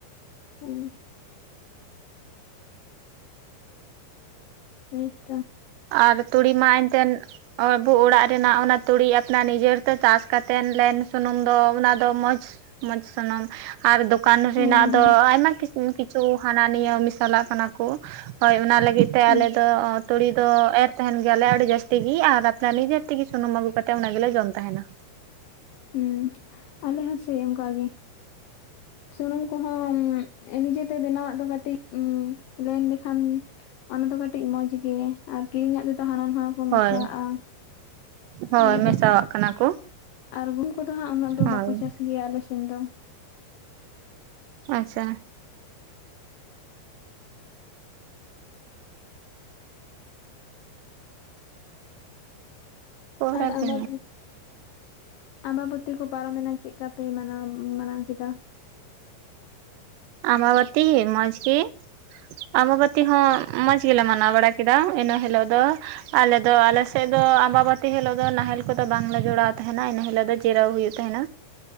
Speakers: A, on the left; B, on the right.
A: <unintelligible> <unintelligible>
B: ᱟᱨ ᱛᱩᱲᱤ ᱢᱟ ᱮᱱᱛᱮᱱ ᱟᱵᱩ ᱚᱲᱟᱜ ᱨᱮᱱᱟᱜ ᱚᱱᱟ ᱛᱩᱲᱤ ᱟᱯᱱᱟᱨ ᱱᱤᱡᱮᱨᱛᱮ ᱪᱟᱥ ᱠᱟᱛᱮᱱ ᱞᱮᱱ ᱥᱩᱱᱩᱢ ᱫᱚ ᱚᱱᱟ ᱫᱚ ᱢᱚᱸᱡᱽ ᱢᱚᱸᱡᱽ ᱥᱩᱱᱩᱢ ᱟᱨ ᱫᱚᱠᱟᱱ
A: ᱦᱮᱸ
B: ᱨᱮᱱᱟᱜ
A: ᱦᱮᱸ
B: ᱫᱚ ᱟᱭᱢᱟ ᱠᱤᱪᱷᱩ ᱦᱟᱱᱟᱱᱤᱭᱟᱹ ᱢᱤᱥ ᱪᱟᱞᱟᱜ ᱠᱟᱱᱟ ᱠᱚ ᱦᱳᱭ ᱚᱱᱟ ᱞᱟᱹᱜᱤᱫ ᱛᱮ
A: ᱦᱮᱸ
B: ᱟᱞᱮ ᱫᱚ ᱛᱩᱲᱤ ᱫᱚ ᱮᱨ ᱛᱟᱦᱮᱱ ᱜᱮᱭᱟᱞᱮ ᱟᱹᱰᱤ ᱡᱟᱹᱥᱛᱤ ᱜᱮ ᱟᱨ ᱟᱯᱮ ᱱᱤᱡᱮ ᱛᱮᱜᱮ ᱥᱩᱱᱩᱢ ᱟᱹᱜᱩ ᱠᱟᱛᱮᱫ ᱚᱱᱟ ᱜᱮᱞᱮ ᱡᱚᱢ ᱛᱟᱦᱮᱱᱟ ᱾
A: ᱦᱮᱸ ᱟᱞᱮ ᱦᱚᱸ ᱥᱮ ᱚᱱᱠᱟ ᱜᱮ ᱾ ᱥᱩᱱᱩᱢ ᱠᱚᱦᱚᱸ ᱱᱤᱡᱮᱛᱮ ᱵᱮᱱᱟᱣᱟᱜ ᱫᱚ ᱠᱟᱹᱴᱤᱡ ᱞᱮᱱ ᱞᱮᱠᱷᱟᱱ ᱾ ᱚᱱᱟ ᱫᱚ ᱠᱟᱹᱴᱤᱡ ᱢᱚᱸᱡᱽᱜᱤ ᱟᱨ ᱠᱤᱨᱤᱧᱟᱜ ᱛᱮᱫᱚ ᱦᱟᱱᱟ ᱱᱚᱣᱟ ᱠᱚ
B: ᱦᱳᱭ
A: ᱢᱮᱥᱟᱣᱟᱜᱼᱟ ᱾
B: ᱦᱳᱭ
A: ᱚᱱᱟ ᱠᱷᱟᱹᱛᱤᱨ
B: ᱢᱮᱥᱟᱣᱟᱜ ᱠᱟᱱᱟ ᱠᱚ
A: ᱟᱨ ᱦᱩᱢ ᱠᱚᱫᱚ ᱦᱟᱸᱜ ᱩᱱᱟᱹᱜ ᱫᱚ
B: ᱦᱳᱭ
A: ᱵᱟᱠᱚ ᱪᱟᱥ ᱜᱮᱭᱟ ᱟᱞᱮ ᱫᱚ ᱾
B: ᱟᱪᱪᱷᱟ ᱾ ᱯᱚᱨᱟ
A: ᱟᱨ ᱟᱵᱟ
B: ᱯᱮ
A: ᱵᱩ ᱾ ᱟᱢᱵᱟᱵᱚᱛᱤ ᱠᱚ ᱯᱟᱨᱚᱢᱮᱱᱟ ᱪᱮᱫ ᱞᱮᱠᱟ ᱯᱮ ᱢᱟᱱᱟᱣ ᱢᱟᱱᱟᱣ ᱠᱮᱫᱟ ᱾
B: ᱟᱵᱟᱵᱚᱛᱤ ᱢᱚᱡᱽ ᱜᱤ ᱾ ᱟᱸᱵᱟᱵᱟᱹᱛᱤ ᱦᱚᱸ ᱢᱚᱸᱡᱽ ᱜᱮᱞᱮ ᱢᱟᱱᱟᱣ ᱵᱟᱲᱟ ᱠᱮᱫᱟ, ᱤᱱᱟᱹ ᱦᱤᱞᱚᱜ ᱫᱚ ᱾ ᱟᱞᱮ ᱫᱚ ᱟᱞᱮ ᱥᱮᱫ ᱫᱚ ᱟᱢᱵᱟᱵᱟᱹᱛᱤ ᱦᱤᱞᱳᱜ ᱫᱚ ᱱᱟᱦᱮᱞ ᱠᱚᱫᱚ ᱵᱟᱝ ᱞᱮ ᱡᱚᱲᱟᱣ ᱛᱟᱦᱮᱱᱟ ᱤᱱᱟᱹ ᱦᱤᱞᱳᱜ ᱫᱚ ᱡᱤᱨᱟᱹᱣ ᱦᱩᱭᱩᱜ ᱛᱟᱦᱮᱱᱟ᱾